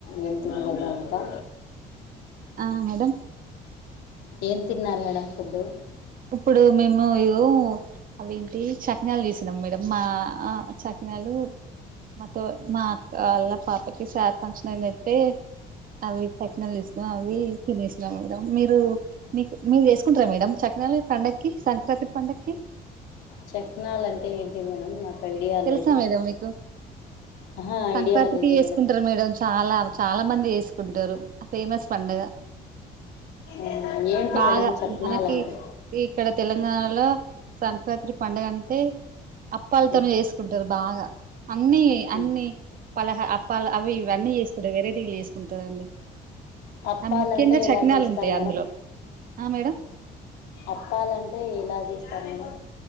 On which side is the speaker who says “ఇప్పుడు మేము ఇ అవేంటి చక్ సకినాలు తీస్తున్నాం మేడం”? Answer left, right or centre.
Right